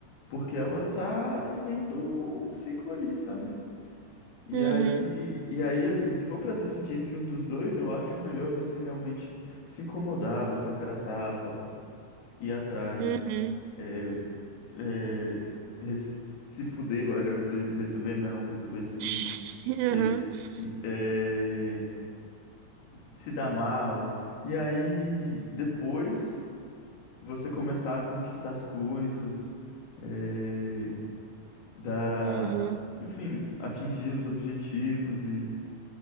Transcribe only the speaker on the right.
Uhum,
uhum.
<laughs>
Uhum, uhum.